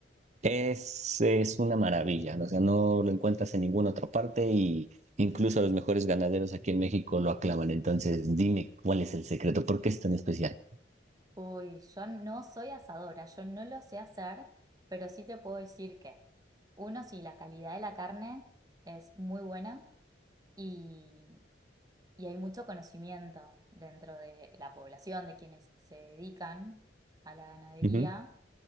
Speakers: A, on the right; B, on the right.
A: es, es una maravilla, ¿no? o sea, no lo encuentras en ninguna otra parte y incluso los mejores ganaderos aquí en México lo aclaman. Entonces, dime cuál es el secreto, ¿por qué es tan especial?
B: Uy, yo no soy asadora, yo no lo sé hacer, pero sí te puedo decir que, uno, sí, la calidad de la carne es muy buena y, y hay mucho conocimiento dentro de la población, de quienes se dedican a la ganadería,
A: Ujú,